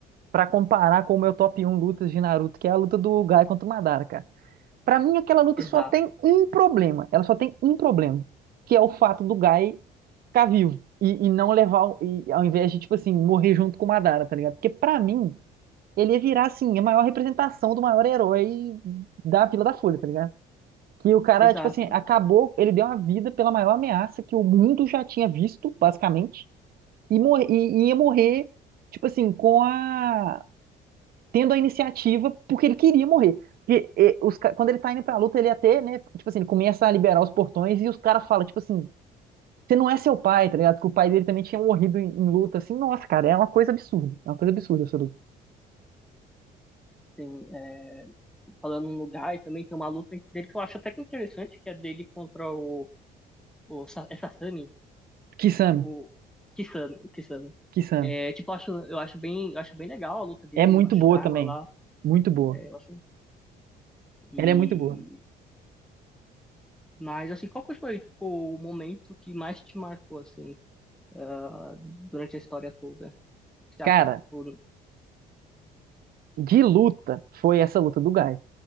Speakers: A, on the right (about 60°); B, in the centre.
A: pra comparar com o meu top um lutas de Naruto, que é a luta do Gai contra o Madara, cara. Pra mim, aquela luta
B: Exato,
A: só tem um problema. Ela só tem um problema, que é o fato do Gai ficar vivo e, e não levar, o- e, ao invés de, tipo assim, morrer junto com o Madara, tá ligado? Porque pra mim, ele ia virar, assim, a maior representação do maior herói da Vila da Folha, tá ligado? Que o cara,
B: exato.
A: tipo assim, acabou, ele deu a vida pela maior ameaça que o mundo já tinha visto, basicamente, e, morre, e e ia morrer, tipo assim, com a, tendo a iniciativa porque ele queria morrer. Porque eh, os, ca- quando ele tá indo pra luta, ele até, né, tipo assim, ele começa a liberar os portões e os caras falam, tipo assim, você não é seu pai, tá ligado? Porque o pai dele também tinha morrido em, em luta, assim, nossa, cara, é uma coisa absurda. É uma coisa absurda essa luta.
B: Assim, é, falando no lugar, e também tem uma luta dele que eu acho até que interessante, que é dele contra o o, Sa- é Sasami,
A: Kisame,
B: o Kisame, o Kisame.
A: Kisame.
B: É, tipo, eu acho, eu acho bem, eu acho bem legal a luta dele
A: É muito
B: embaixo
A: boa
B: d'água
A: também.
B: lá.
A: Muito boa.
B: É, eu acho, e,
A: Ela é muito boa.
B: mas assim, qual que foi, tipo, o momento que mais te marcou, assim, ah, durante a história toda? O que Você acha
A: Cara,
B: que, tipo,
A: de luta foi essa luta do Guy.